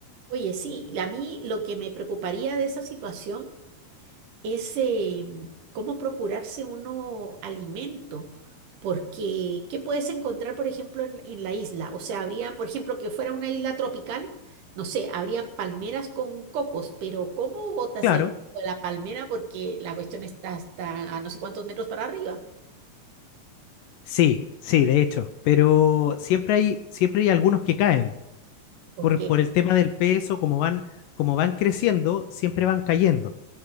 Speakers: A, on the right; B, on the left.
A: oye, sí. la- A mí lo que me preocuparía de esa situación es eh, cómo procurarse uno alimento. Porque, ¿qué puedes encontrar, por ejemplo, en, en la isla? O sea, habría, por ejemplo, que fuera una isla tropical, no sé, habrían palmeras con cocos, pero ¿cómo botas
B: Claro.
A: el coco de la palmera? Porque la cuestión está hasta a no sé cuántos metros para arriba.
B: Sí, sí, de hecho. Pero siempre hay, siempre hay algunos que caen.
A: Ok.
B: Por, por el tema del peso, como van, como van creciendo, siempre van cayendo.